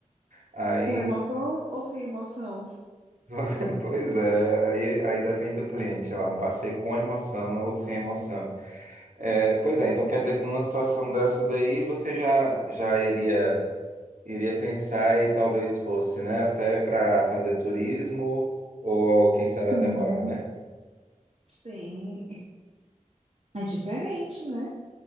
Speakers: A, on the right (about 75°); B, on the right (about 55°).
A: Aí,
B: Com emoção ou sem emoção?
A: <laughs> pois é, aí, aí depende do cliente lá, um passeio com emoção, né, ou sem emoção. É, pois é, então quer dizer que numa situação dessa daí você já, já iria, iria pensar e talvez fosse, né, até para fazer turismo ou quem sabe até
B: Sim.
A: morar, né?
B: Sim, é diferente, né?